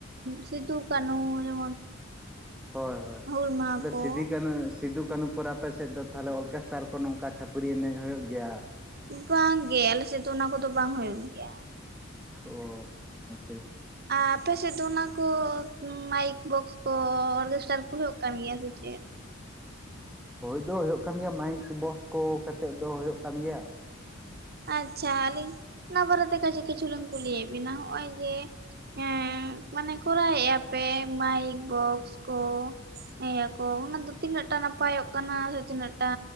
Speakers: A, on the right; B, in the centre.
A: ᱥᱤᱫᱩ ᱠᱟᱹᱱᱩ ᱡᱮᱢᱚᱱ
B: ᱦᱳᱭ ᱦᱳᱭ
A: ᱦᱩᱞ ᱢᱟᱦᱟ
B: ᱟᱫᱚ
A: ᱠᱚ
B: ᱥᱤᱫᱩ ᱠᱟᱹᱱᱩ ᱥᱤᱫᱩ ᱠᱟᱹᱱᱦᱩ ᱠᱚ ᱟᱯᱮᱮᱥᱮᱫ ᱫᱚ ᱛᱟᱦᱚᱞᱮ ᱚᱨᱠᱮᱥᱴᱟᱨ ᱠᱚ ᱱᱚᱝᱠᱟ ᱪᱷᱟᱹᱯᱟᱹᱨᱤ ᱮᱱᱮᱡ ᱦᱩᱭᱩᱜ ᱜᱮᱭᱟ?
A: ᱵᱟᱝᱜᱮ ᱟᱞᱮ ᱥᱮᱫ ᱫᱚ ᱚᱱᱟ ᱠᱚᱫᱚ ᱵᱟᱝ ᱦᱩᱭᱩᱜ ᱜᱮᱭᱟ ᱾
B: ᱚ ᱟᱪᱪᱷᱟ ᱾
A: ᱟᱨ ᱟᱯᱮᱥᱮᱫ ᱫᱚ ᱚᱱᱟ ᱠᱚ ᱢᱟᱭᱤᱠ ᱵᱚᱠᱥ ᱠᱚ ᱚᱨᱜᱮᱥᱴᱟᱨ ᱠᱚ ᱦᱩᱭᱩᱜ ᱠᱟᱱ ᱜᱮᱭᱟ ᱥᱮ ᱪᱮᱫ?
B: ᱦᱳᱭ ᱫᱚ ᱦᱩᱭᱩᱜ ᱠᱟᱱ ᱜᱮᱭᱟ, ᱢᱟᱭᱤᱠ ᱵᱚᱥ ᱠᱚ ᱠᱟᱛᱮᱫ ᱫᱚ ᱦᱩᱭᱩᱜ ᱠᱟᱱ ᱜᱮᱭᱟ ᱾
A: ᱟᱪᱪᱷᱟ ᱟᱹᱞᱤᱧ ᱚᱱᱟ ᱵᱟᱨᱮᱛᱮ ᱠᱤᱪᱷᱩ ᱠᱤᱪᱷᱩ ᱞᱤᱧ ᱠᱩᱞᱤᱭᱮᱫ ᱵᱤᱱᱟ ᱦᱚᱜᱼᱚᱭ ᱡᱮ ᱦᱮᱸ ᱢᱟᱱᱮ ᱠᱚᱨᱟᱣᱮᱜᱼᱟ ᱯᱮ ᱢᱟᱭᱤᱠ ᱵᱚᱠᱥ ᱠᱚ ᱦᱮᱸᱭᱟᱠᱚ ᱚᱱᱟ ᱫᱚ ᱛᱤᱱᱟᱹᱜ ᱴᱟ ᱱᱟᱯᱟᱭᱚᱜ ᱠᱟᱱᱟ ᱥᱮ? ᱛᱤᱱᱟᱹᱜ ᱴᱟ